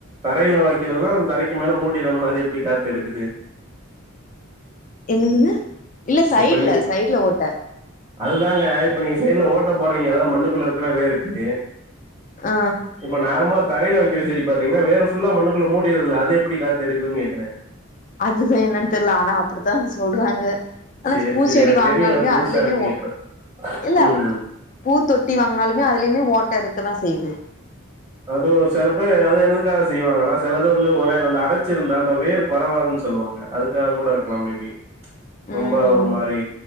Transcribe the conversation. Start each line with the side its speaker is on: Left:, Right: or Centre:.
Right: தரையில வைக்கிறதுலா அ தரைக்கு மேல மூடி நம்மள அது எப்படி காத்து எடுக்குது
Left: எங்கக்குங்க இல்ல சைடு்ல
Right: இப்ப நீங்க
Left: சைடு்ல ஓட்ட
Right: அதுதாங்க இப்ப நீங்க சைட்ல ஓட்ட போறீங்க ஏதாவது மண்ணுக்குள்ள இருக்குற வேருக்கு
Left: ஆ
Right: இப்ப நார்மலா தரையில வைக்கிற சரி பாத்தீங்கன்னா வேரு ஃபுல்லா மண்ணு குள்ள மூடியர்துல்ல அத எப்படி காத்து இருக்குதுன்னு கேக்குறே
Left: அதுதா என்னன்னு தெரியல ஆனா அப்படித்தா சொல்றாங்க ஆனா
Right: சேரி
Left: பூ
Right: சேரி
Left: செடி
Right: எனக்கு
Left: வாங்கினாலுமே
Right: தெரியல புதுசா
Left: அதுலயுமே
Right: இருக்கு கேக்குறே
Left: இல்ல
Right: ம்
Left: பூ தொட்டி வாங்குனாலுமே அதுலயுமே ஓட்டஇருக்குதா செய்யுது
Right: அதுவும் சில பேர் அது என்னதுக்காக செய்வாங்கன்னா சிலது வந்து ஒரே அந்த அடைச்சிருந்தா அந்த வேறு படவாதுன்னு சொல்லுவாங்க அதுக்காக கூட இருக்கலா மேபி ரொம்ப
Left: ம்
Right: ஒரு மாதிரி